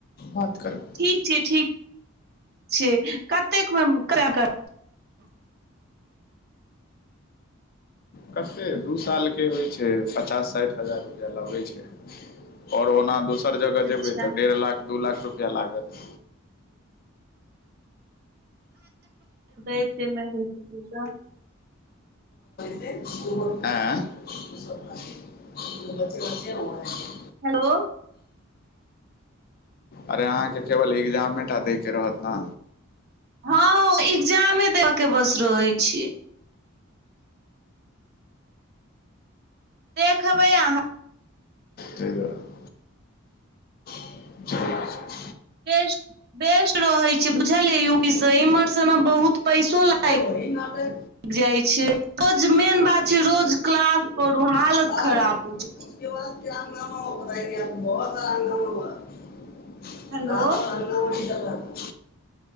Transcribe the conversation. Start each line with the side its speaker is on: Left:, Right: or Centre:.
Left: बात करबय।
Right: ठीक छय ठीक छय कतेक में कराके।
Left: कतेक दू सालके होय छय, पचास साठि हजार रुपैया लगय छय। और ओना दोसर जगह
Right: अच्छा
Left: जेबै त डेढ़ लाख दू लाख रुपया लागत।
Right: एते मे होइत हेतै त
Left: <inaudible> <inaudible> ऐं <inaudible> <inaudible>
Right: हेलो
Left: अरे अहांके केवल एग्जामेता दय के रहत न।
Right: हं एग्जामे देबके बस रहे छय। देखबय अहां।
Left: तय दुवारे। <inaudible> छय।
Right: बेस्ट -बेस्ट रहय छय बुझलही यु पी स इमहरस न बहुत। पैसो लागि
Left: अरे वही नापे।
Right: जाइ छी, रोज मेन बात छय रोज क्लास करू, हालत
Left: बाद
Right: खराब भ जाय छय।
Left: <unintelligible> <unintelligible> <unintelligible>
Right: हेलो